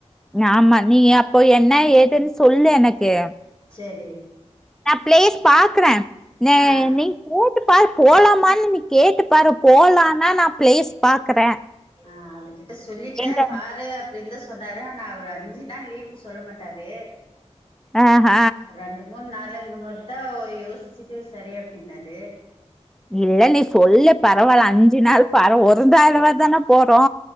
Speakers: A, in the centre; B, on the left.
A: ஆமா நீ அப்போ என்ன ஏதுன் சொல்லு எனக்கு
B: சேரி
A: நா பிளேஸ் பாக்குறே ந
B: ஆ
A: நீ கூட்டுப்பாரு போலாமானு நீ கேட்டுப்பாரு போலான்னா நா பிளேஸ் பாக்குறே
B: ஆ அவருகிட்ட சொல்லிட்டே
A: எங்க
B: பாரு அப்டின்தா சொன்னாரு ஆனா அவரு அஞ்சு நாள் லீவுக்கு சொல்ல மாட்டாரு
A: ஆ ஹ
B: ரெண்டு மூணு நாளுங்குமோது தா ஒ யோஸ்சுட்டு சரி அப்டின்னாரு
A: ஏ நீ சொல்லு பரவால்ல அஞ்சு நாள் பாரு ஒருதாள்தடவ தான போறோ